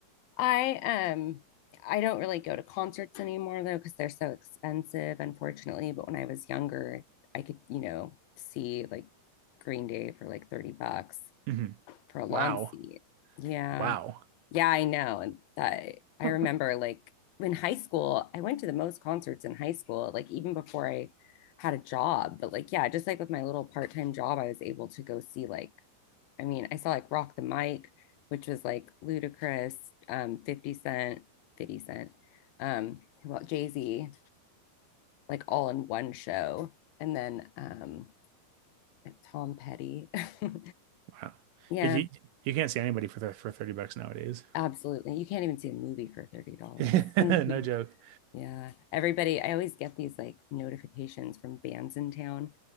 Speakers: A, on the left; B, on the right.
A: I um I don't really go to concerts anymore though, because they're so expensive, unfortunately. But when I was younger, I could, you know, see like Green Day for like 30 bucks
B: hmm
A: for a lawn
B: Wow.
A: seat. Yeah.
B: Wow. <laughs>
A: Yeah, I know. And I I
B: Oh,
A: remember like in high school, I went to the most concerts in high school, like even before I had a job. But like, yeah, just like with my little part-time job, I was able to go see like, I mean, I saw like Rock the Mic, which was like Ludacris, um, 50 Cent, 50 Cent, um, who else? Jay-Z, like all in one show. And then um Tom Petty. <laughs>
B: wow.
A: Yeah,
B: You you can't see anybody for th for 30 bucks nowadays.
A: absolutely. You can't even see a movie for $30.
B: <laughs>
A: <laughs>
B: No joke.
A: Yeah. Everybody, I always get these like notifications from bands in town